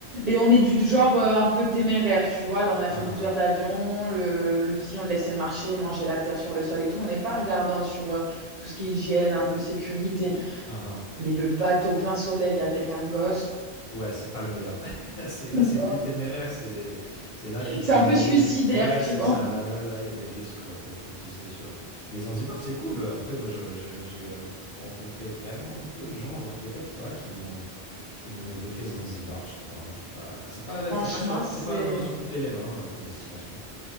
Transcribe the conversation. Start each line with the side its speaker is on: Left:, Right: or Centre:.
Right: Et on est du genre euh, un peu téméraire, tu vois. Là, on a
Left: Ah
Right: fait 12
Left: ah,
Right: heures d'avion. Le, le petit, on le laissait marcher, manger la terre sur le sol et tout. On n'est pas regardant sur euh, tout ce qui est hygiène, un peu sécurité.
Left: ah ah.
Right: Mais le bateau plein soleil avec un gosse,
Left: Ouais, c'est pas le meilleur. <laughs> C'est, là,
Right: <laughs>
Left: c'est plus téméraire. C'est, c'est là, tu prends
Right: c'est un peu
Left: des
Right: suicidaire,
Left: risques. Ouais,
Right: tu
Left: c'est
Right: vois.
Left: ça. Là, là, là, il y a des risques quoi, pour le petit, c'est sûr. Mais Zanzibar, c'est cool. Après, moi, je- je- j'ai euh, rencontré vraiment peu de gens, voire peut-être pas, qui m'ont, qui m'ont évoqué Zanzibar, je crois. hein. Je suis pas, c'est pas,
Right: Franchement,
Left: c'est pas sur,
Right: c'est.
Left: c'est pas dans- sur toutes les lèvres hein, comme destination.